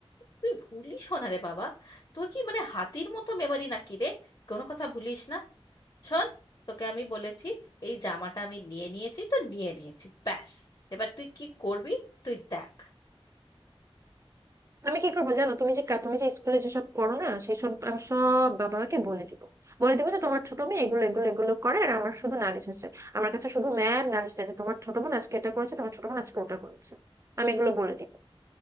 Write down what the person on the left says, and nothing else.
তুই ভুলিস না রে বাবা তোর কি মানে হাতির মতো মেমারি নাকি রে কোনো কথা ভুলিস না শোন তোকে আমি বলেছি এই জামাটা আমি নিয়ে নিয়েছি তো নিয়ে নিয়েছি ব্যাস এবার তুই কি করবি তুই দেখ